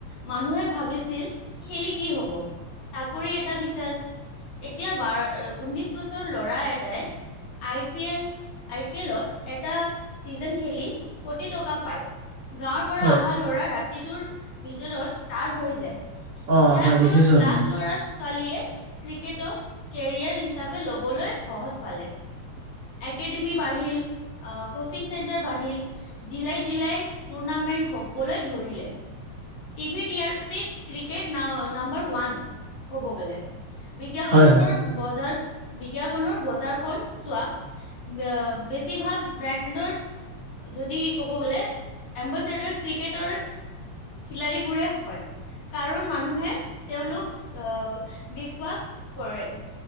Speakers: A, on the left; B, on the right.
A: মানুহে ভাবিছিল খেলি কি হব চাকৰি এটা বিচাৰ এতিয়া বাৰ, ঊনৈশ বছৰ ল'ৰা এটাই I P L I P এলত এটা চিজন খেলি কোটি টকা পায়। গাঁৱৰ পৰা
B: হয়
A: অহা ল'ৰা, ৰাতিটোৰ ভিতৰত ষ্টাৰ হৈ যায়।
B: অ
A: ইয়াৰ
B: হয়
A: ফলত
B: দেখিছো আমি
A: লাখ ল'ৰা-ছোৱা ছোৱালীয়ে ক্ৰিকেটক কেৰিয়া হিচাপে ল'বলে সহজ পালে। একেডেমি বাঢ়িল, অ' কোচিং চেণ্টাৰ বাঢ়িল। জিলাই জিলাই টুৰ্ণামেন্ট হবলৈ ধৰিলে। টিভিট ইয়াৰ পিট ক্ৰিকেট না-নাম্বৰ ওয়ান কব গ'লে। বিজ্ঞাপনৰ
B: হয় হয়
A: বজাৰ, বিজ্ঞাপনৰ বজাৰখন চোৱা বে-বেছিভাগ ব্ৰেণ্ডৰ যদি ক'ব গ'লে এম্বাচডাৰ ক্ৰিকেটৰ খিলাৰী বোৰে হয়। কাৰণ মানুহে তেওঁলোক আ' বিষবাস কৰে।